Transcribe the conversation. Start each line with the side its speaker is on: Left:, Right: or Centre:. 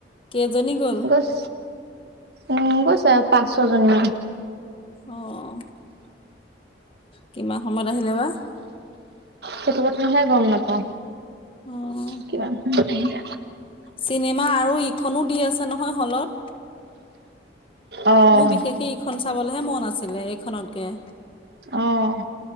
Left: কেইজনী গ'ল
Right: গছ উম, গৈছে আও পাঁচ, ছয় জনী মান।
Left: অহ, কিমান সময়ত আহিলে বা।
Right: সেটো কথাহে গম নাপাওঁ
Left: অ',
Right: কিমান সময়ত আহিলে।
Left: চিনেমা আৰু ইখনো দি আছে নহয় হলত।
Right: অ',
Left: মোৰ বিশেষকে ইখন চাবলেহে মন আছিলে এইখনতকে।
Right: অহ